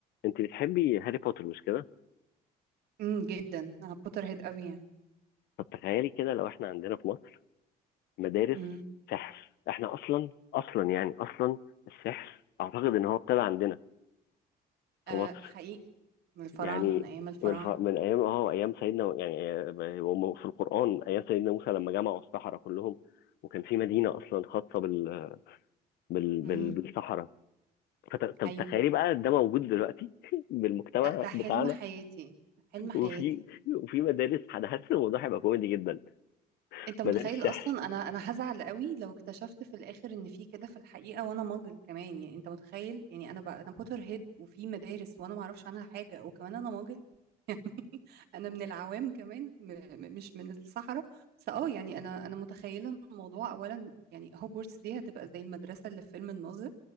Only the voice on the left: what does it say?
انت بتحبي هاري بوتر مش كده؟
طب تخيلي كده لو احنا عندنا في مصر مدارس
سحر احنا اصلا اصلا يعني اصلا السحر اعتقد ان هو ابتدى عندنا في
مصر
يعني
من ف... من ايام اه ايام سيدنا يعني هم في القرآن ايام سيدنا موسى لما جمعوا السحرة كلهم وكان في مدينة اصلا خاصة بال... بال... بال...
بالسحرة فت... طب
تخيلي بقى ده موجود دلوقتي <laughs> بالمجتمع
بتاعنا
وفي وفي مدارس انا حاسس الموضوع هيبقى كوميدي جدا
مدارس
سحر